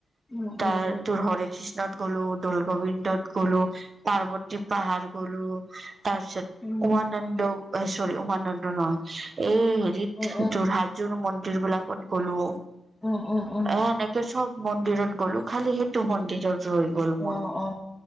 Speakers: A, in the centre; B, on the right.
A: উম
B: তাৰ
A: উম
B: তোৰ হৰে কৃষ্ণত গ'লো দল গোবিন্দত গ'লো পাৰ্ব তি পাহাৰ গলো তাৰ পিছত
A: উম
B: উমানন্দ চৰি উমানন্দ নহয়। এই হেৰিত
A: উম উম উম
B: তোৰ হাজোৰ মন্দিৰ বিলাকত গ'লো।
A: অ অ অ
B: এ সেনেকে চব মন্দিৰত গ'লো খালি সেইটো মন্দিৰত ৰৈ গ'ল মোৰ
A: অ অ